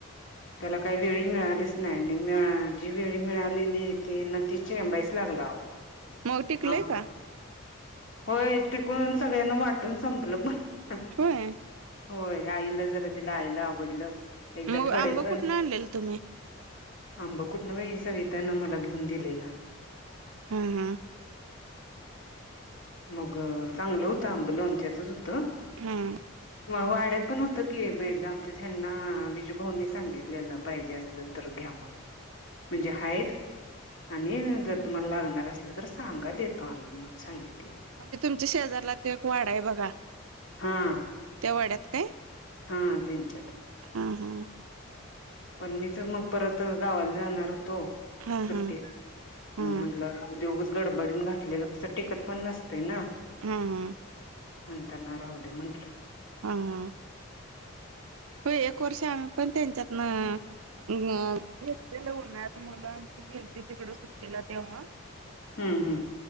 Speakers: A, on the left; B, on the right.
A: त्याला काही वेळी मिळलेस नाही जी वेळ मिळालेली ती न चेबाईच लागला अहो
B: मग टिकलय
A: आंब
B: का
A: होय टिकून सगळ्यांना वाटून संपलं पण <inaudible>
B: होय
A: होय आईला जरा तिला आईला आवडलं एकदा
B: मग
A: थोडे
B: आंब
A: <inaudible>
B: कुठनं आणलेल तुम्ही
A: आंब कुठ न बाई सवितानं मला घेऊन दिलेल
B: हा- हा
A: मग चांगलं होतं आंब लोंच्याचच होतं
B: हम्म
A: मग वाड्यात पण होतं की मग एकदा आमच्या यांना विजू भाऊंनी सांगितलेलं पाहिजे असलं घे. म्हणजे हायत. आणि जर तुम्हाला लागणार असल तर सांगा देतो आणनून म्हणून सांगितल
B: म्हणजे तुमच्या शेजारलाच एक वाढा आहे बघा
A: हा
B: त्या वाड्यात काय
A: हा त्यांच्यात
B: हा- हा
A: पण मीच मग परत गावाला जाणार होत तो
B: हा
A: सुट्टीला
B: हा हा
A: <inaudible> मग म्हटलं ते उगाच गडबडीत घातलेलं कसं टिकत पण नसतं ना
B: हा -हा
A: म्हणताना राहु दे म्हटलं
B: हा- हा हो एक वर्ष आम्ही पण त्यांच्यात ना मग घेतलेल उन्हाळ्यात मुल आमची गेलती तिकडं सुट्टीला तेव्हा
A: हम्म- हम्म